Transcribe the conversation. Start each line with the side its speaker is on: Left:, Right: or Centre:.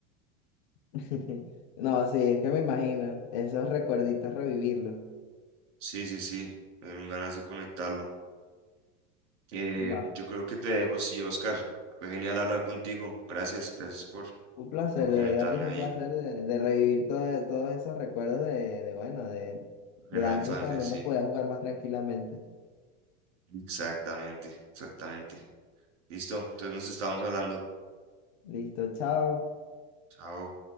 Left: <laughs> No, sí, es que me imagino. Esos recuerditos revivirlos.
Right: Sí, sí, sí, me dieron ganas de conectarlo. Eh,
Left: Va.
Right: yo creo que te dejo, sí, Oscar. Fue genial hablar contigo. Gracias, gracias por,
Left: Un placer,
Right: por comentarme
Left: de verdad que fue
Right: ahí
Left: un placer de, de revivir todo- todos esos recuerdos de, de, bueno, de,
Right: de
Left: de
Right: la
Left: antes
Right: infancia,
Left: cuando
Right: sí.
Left: uno podía jugar más tranquilamente.
Right: Exactamente, exactamente. Listo, entonces nos estamos hablando.
Left: Listo, chao.
Right: Chao.